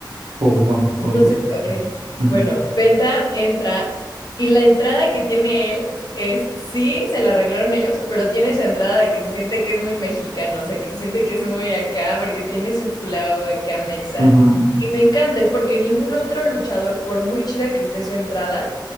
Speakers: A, on the right; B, on the left.
A: Oh, no, no,
B: Entonces,
A: no tenía idea.
B: ok,
A: Ujú.
B: bueno, Penta entra y la entrada que tiene él es, sí, se la arreglaron ellos, pero tiene su entrada de que se siente que es muy mexicano, o sea, que se siente que es muy acá porque tiene su flow acá mexa.
A: Ujú,
B: Y me encanta, es porque ningún otro luchador, por muy chida que esté su entrada,